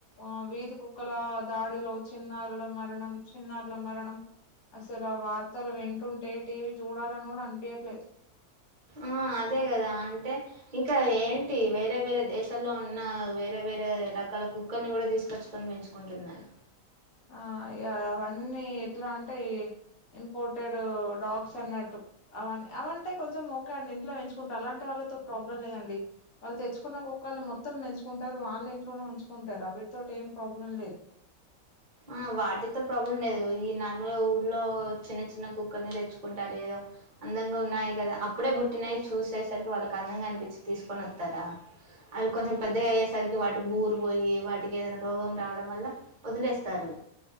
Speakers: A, on the left; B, on the right.
A: ఆ వీధి కు క్కలా దాడిలో చిన్నారుల మరణం చిన్నారుల మరణం. అసలు ఆ వార్తలు వింటుంటే టీవీ చూడాలని కూడా అనిపియట్లేదు.
B: ఆ అదే కదా అంటే ఇంకా ఏంటి వేరే వేరే దేశాల్లో ఉన్న వేరే వేరే రకాల కుక్కల్ని కూడా తీసుకచ్చుకొని పెంచు కుంటున్నారు.
A: ఆ ఇగ అవన్నీ ఎట్లా అంటే ఈ ఇంపోర్టెడ్ డాగ్స్ అన్నట్టు. అవన్ని అవంటే కొంచెం ఓకే అండి ఇంట్లో పెంచుకుంటారు అలాంటి వాళ్ళతో ప్రాబ్లం లేదండి. వాళ్ళు తెచ్చుకున్న కుక్కల్ని మొత్తం పెంచుకుంటారు, వాళ్ళ ఇంట్లోనే ఉంచుకుంటారు అవిటితోటి ఏం ప్రాబ్లం లేదు.
B: ఆ వాటితో ప్రాబ్లం లేదు ఈ నార్మల్గా ఊర్లో చిన్న చిన్న కుక్కల్ని తెచ్చుకుంటారు ఏదో అందంగా ఉన్నాయి కదా అప్పుడే పుట్టినయి చూసేసరికి వాళ్ళకి అందంగా అనిపిచ్చి తీసుకొని వత్తారా. అవి కొంచెం పెద్దగా అయ్యేసరికి వాటికి బూరు పోయి వాటికి ఏదైనా రోగం రావడం వల్ల వదిలేస్ తరు.